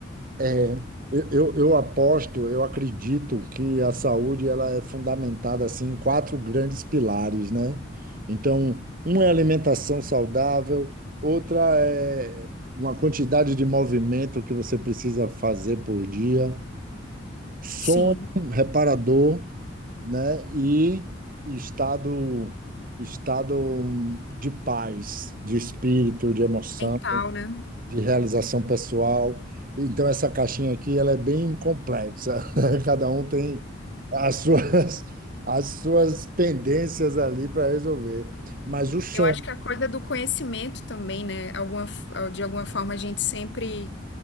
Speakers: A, on the right; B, on the left.
A: É, eu, eu eu aposto, eu acredito que a saúde ela é fundamentada assim em quatro grandes pilares, né? Então, um é alimentação saudável, outra é uma quantidade de movimento que você precisa fazer por dia, sono
B: Sim,
A: reparador, né? E estado estado de paz, de espírito, de emoção
B: mental, né?
A: de realização pessoal. Então, essa caixinha aqui, ela é bem complexa. <laughs> Cada um tem as suas, as suas pendências ali para resolver. Mas o som,
B: Eu acho que a coisa do conhecimento também, né? Alguma, de alguma forma a gente sempre